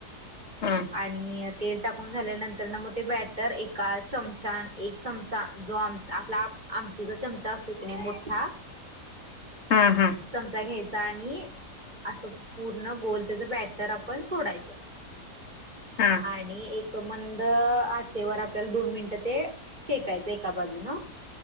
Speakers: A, on the left; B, on the right.
A: हा
B: आणि तेल टाकून झाल्यानंतर ना मग ते बॅटर एका चमचा एक चमचा जो आपला आमटीचा चमचा असतो क नाही मोठा
A: हा हा
B: तमचा घ्यायचा आणि असं पूर्ण गोल त्याच बॅटर आपण सोडायचं
A: हा
B: आणि एक मंद आचेवर आपल्याला दोन मिनिटं ते शेकायचं एका बाजून